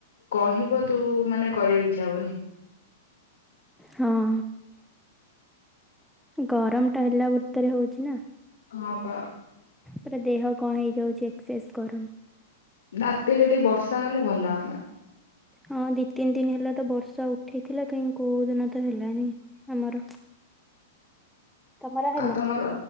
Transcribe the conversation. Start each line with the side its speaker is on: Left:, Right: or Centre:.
Left: କହିବ ତୁ ମାନେ କରିଆକୁ ଇ ଚ୍ଛା ହବନି।
Centre: ହଁ। ଗରମଟା ହେଲା ବର୍ତରେ ହଉଚି ନା।
Left: ହଁ ପା।
Centre: ପୁରା ଦେହ କଣ ହେଇଯାଉଛି ଏକ୍ସସେସ ଗରମ।
Left: ରାତିରେ ଟିକେ ବର୍ଷା ହେଲେ ଭଲ ହନ୍ତା।
Centre: ହଁ ଦି ତିନି ଦିନ ହେଲା ତ ବର୍ଷା ଉଠେଇଥିଲା କାହିଁ କୋଉଦିନ ତ ହେଲାନି ଆମର। ତମର ହେଲା?
Left: ଆଉ ତମର